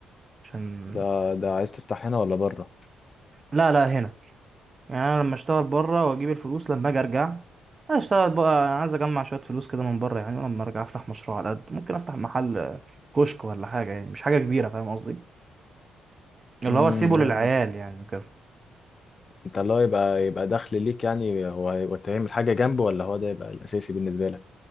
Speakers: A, on the right; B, on the left.
A: عشان
B: ده ده عايز تفتح هنا ولا بره
A: لا لا هنا يعني انا لما اشتغل بره واجيب الفلوس لما اجي ارجع اشتغل بقى عايز اجمع شويه فلوس كده من بره يعني ولما ارجع افتح مشروع على قد ممكن افتح محل آه، كشك ولا حاجه يعني مش حاجه كبيره فاهم قصدي اللي
B: امم
A: هو اسيبه للعيال يعني وكده
B: انت اللي هو يبقى يبقى دخل ليك يعني هو هيبقى تعمل حاجه جنبه ولا هو ده يبقى الاساسي بالنسبه لك